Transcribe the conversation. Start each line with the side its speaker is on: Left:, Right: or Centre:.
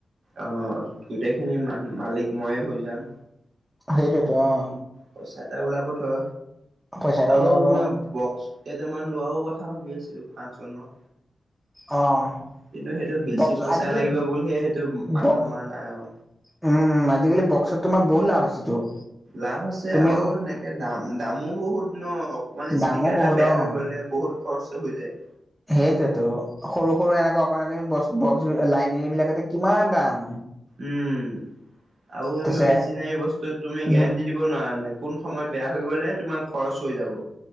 Right: অ' গোটেইখিনি মান মালিক মই হৈ যাম
Centre: সেইটেতো অ'
Right: পইচা এটা ওলাব ধৰা
Centre: পইচা এটা
Right: আৰু
Centre: ওলাব
Right: তোমাৰ বক্স কেইটামান লোৱাও কথা ভাবি আছিলো ফাংচনত
Centre: অ'
Right: কিন্তু সেইটো বেছি
Centre: বক্স
Right: পইচা
Centre: আজিকালি
Right: লাগিব বুলিহে সেইটো মাথা
Centre: বক্স
Right: মৰা নাই আৰু
Centre: উম, উম, আজিকালি বক্সত তোমাৰ বহুত লাভ আছেতো
Right: লাভ আছে
Centre: তুমি
Right: আৰু এনেকে দাম দামো বহুত ন অকমান
Centre: দামো
Right: স্পিকাৰ
Centre: বহুত
Right: এটা বেয়া হৈ
Centre: অ
Right: গ'লে বহুত খৰচ হৈ যায়।
Centre: সেইটোৱেতো সৰু সৰু এনেকে অকন বক্স লাইনেৰ বিলাক কিমান দাম
Right: উম আকৌ
Centre: তাৰপিছে
Right: তুমি মেচিন বস্তু তুমি
Centre: উম
Right: গেৰাণ্টি দিব নোৱাৰা মানে কোন সময়ত বেয়া হৈ গলে তোমাৰ খৰচ হৈ যাব